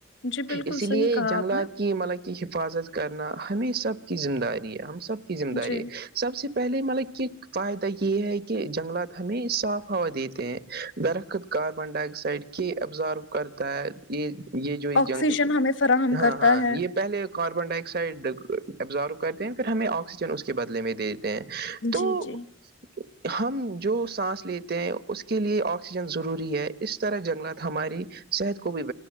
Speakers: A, on the left; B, on the right.
A: جی بالکل
B: اس لیے
A: صحیح کہا
B: جنگلہ
A: آپ نے
B: کی مطلب کی حفاظت کرنا ہمیں سب کی ذمہ داری ہے ہم سب کی ذمہ داری
A: جی
B: ہے سب سے پہلے مطلب کہک فائدہ یہ ہے کہ جنگلات ہمیں صاف ہوا دیتے ہیں درخت کاربن ڈائی آکسائڈ کی ابزارو کرتا ہے یہ یہ جو یہ
A: آکسیجن
B: جنگ
A: ہمیں فراہم
B: ہاں
A: کرتا
B: ہاں
A: ہے
B: یہ پہلے کاربن ڈائی آکسائڈ ابزارو کرتے ہیں پھر ہمیں آکسیجن اس کے بدلے میں دیتے ہیں تو
A: جی جی
B: ہم جو سانس لیتے ہیں اس کے لیے آکسیجن ضروری ہے اس طرح جنگلات ہماری صحت کو بھی